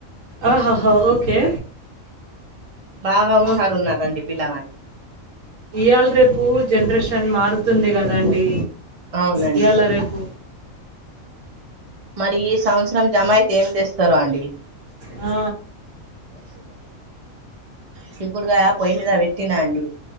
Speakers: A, on the right (about 70°); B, on the right (about 30°).
A: ఆహాహా ఓకే
B: బాగా హుషారు
A: ఓ-
B: ఉన్నారండి పిల్లగాలు
A: ఇయాళ రేపు జనరేషన్ మారుతుంది కదాండి
B: అవునండి
A: ఇయాళ రేపు
B: మరి ఈ సంవత్సరం జమ అయితే ఏం తెస్తరు అండి
A: ఆ
B: శికుడుగాయ పొయి మీద పెట్టినా అండి